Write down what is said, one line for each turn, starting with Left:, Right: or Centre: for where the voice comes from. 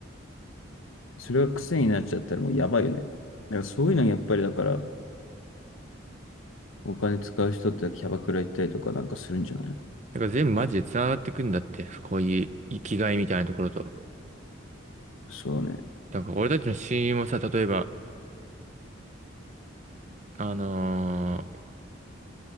Left: う、それが癖になっちゃったらもうやばいよね。だからそういうのやっぱりだから、お金使う人ってキャバクラ行ったりとかなんかするんじゃない
Right: だから全部マジで繋がってくんだって。こういう生きがいみたいなところと。
Left: そうね。
Right: だから俺たちの親友もさ、例えば、あのー